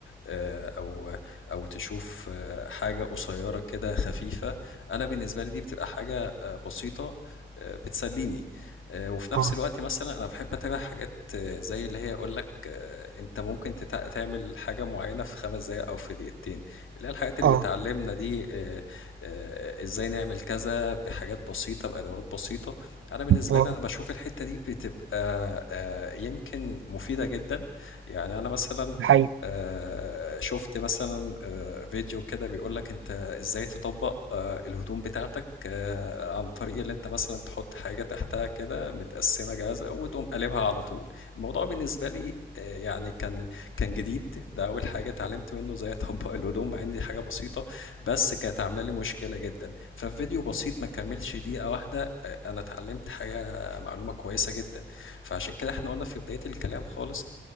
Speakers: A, on the left; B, on the right.
A: آه، أو أو تشوف آه، حاجة قصيرة كده خفيفة أنا بالنسبة لي دي بتبقى حاجة آه، بسيطة آه، بتسليني آه، وفي نفس
B: اه
A: الوقت مثلا انا بحب اتابع حاجات آه، زي اللي هي يقول لك آه، انت ممكن تتع- تعمل حاجه معينه في خمس دقائق او في دقيقتين اللي هي الحاجات اللي
B: اه
A: بتعلمنا دي آه، آه، ازاي نعمل كذا بحاجات بسيطه بادوات بسيطه انا بالنسبه
B: اه
A: لي انا بشوف الحته دي بتبقى آه، يمكن مفيده جدا يعني انا مثلا
B: الحقيقة
A: آه، شفت مثلا آه، فيديو كده بيقول لك انت ازاي تطبق آه، الهدوم بتاعتك آه، عن طريق اللي انت مثلا تحط حاجة تحتها كده متقسمة جاهزة وتقوم قلبها على طول الموضوع بالنسبة لي آه، يعني كان كان جديد ده اول حاجة اتعلمت منه ازاي اطبق الهدوم مع ان دي حاجة بسيطة بس كانت عاملة لي مشكلة جدا ففيديو بسيط ما كملش دقيقة واحدة آه، انا اتعلمت حاجة معلومة كويسة جدا فعشان كده احنا قلنا في بداية الكلام خالص